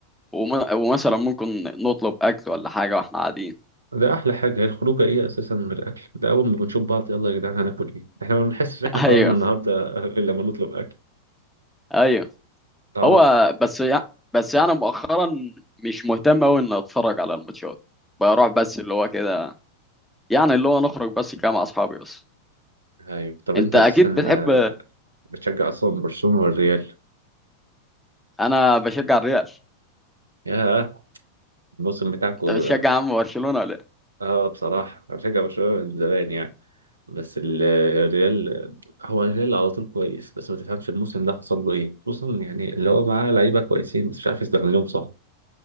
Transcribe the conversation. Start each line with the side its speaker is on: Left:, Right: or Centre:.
Centre: وم... ومثلا ممكن نطلب اكل ولا حاجه واحنا قاعدين
Right: ده احلى حاجه هي الخروجه ايه اساسا من الاكل ده اول ما بنشوف بعض يلا يا جدعان هناكل ايه احنا ما بنحسش ان
Centre: <laughs>
Right: احنا خرجنا
Centre: ايوه
Right: النهارده <laughs> غير لما نطلب اكل
Centre: ايوه
Right: تعرف
Centre: هو بس يعني بس يعني مؤخرا مش مهتم قوي اني اتفرج على الماتشات بروح بس اللي هو كده يعني اللي هو نخرج بس كده مع اصحابي بس
Right: ايوه طب
Centre: انت
Right: انت
Centre: اكيد
Right: اساسا
Centre: بتحب
Right: آه، بتشجع اصلا برشلونه والريال
Centre: انا بشجع الريال
Right: ياه الموسم بتاعكو
Centre: انت بتشجع عم برشلونه ولا إيه؟
Right: اه بصراحه انا بشجع برشلونه من زمان يعني بس ال- الريال هو الريال على طول كويس بس ما تفهمش الموسم ده حصل له ايه خصوصا يعني اللي هو معاه لعيبه كويسين بس مش عارف يستغلهم صح